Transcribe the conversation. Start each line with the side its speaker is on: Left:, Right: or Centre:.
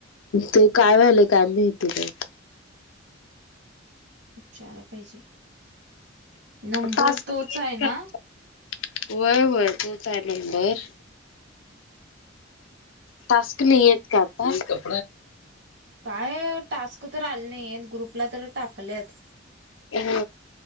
Left: ते काय झालं काय माहिती का.
Right: विचारा पाहिजे. नंबर
Left: टास्क
Right: तोच
Left: <unintelligible>
Right: आहे ना
Left: व्हय व्हय तोच आहे नंबर. टास्क नाही येत का आता. <unintelligible>
Right: काय टास्क तर आले नाही आहेत ग्रुपला तर टाकलेत.
Left: ह.